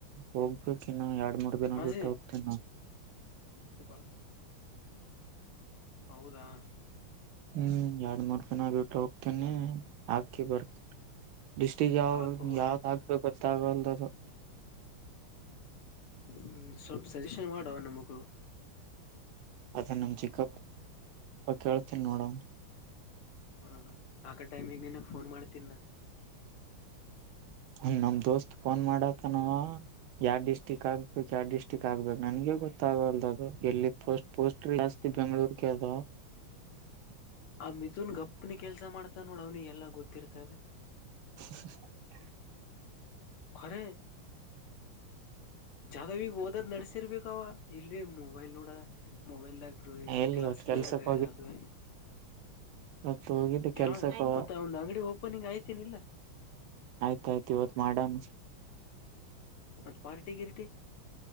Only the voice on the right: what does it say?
ಹೋಗ್ಬೇಕು ಇನ್ನು ಎರಡು. ಮೂರು ದಿನ
ಬಿಟ್ಟ ಹೋಗ್ತೀನಿ ನಾ.
ಹ್ಮ್ ಎರಡ್ ಮಾಡ್ತನ ಬಿಟ್ಟ ಹೋಗ್ತೇನೆ ಹಾಕಿ ಬರ್ತೀನಿ. ಡಿಸ್ಟಿಕ್ ಯಾವ
ಯಾವ್ದ
ಆಗ್ಬೇಕು ಗೊತ್ತಾಗಲ್ಲದು.
ಅದನ್ನ ನಮ ಚಿಕ್ಕಪ್ ಕೇತೀನಿ ನೋಡಣ.
ಹ ನಮ್ ದೋಸ್ತ್ ಫೋನ್ ಮಾಡತನಾವ ಯಾರ್ ಡಿಸ್ಟ್ರಿಕ್. ಯ ಡಿಸ್ಟ್ರಿಕ್ ಆಗ್ಬೇಕ ನನಗೆ. ಗೊತ್ತಾಗಲ್ದ ಅದು ಎಲ್ಲಿ ಪೋಸ್ಟ್ ಪೋಸ್ಟ್ ಜಾಸ್ತಿ ಬೆಂಗಳೂರ್ಗೆ ಅದ.
<unintelligible>
<unintelligible> <inaudible>
ಎಲ್ಲಿ
ಇವತ್ ಕೆಲ್ಸಕ್
ಇವತ್ತು ಹೋಗಿದ್ದು ಕೆಲ್ಸಕ್ಕೆ
ಆಯ್ತಾಯ್ತು ಇವತ್ತು. ಮಾಡೋಣ.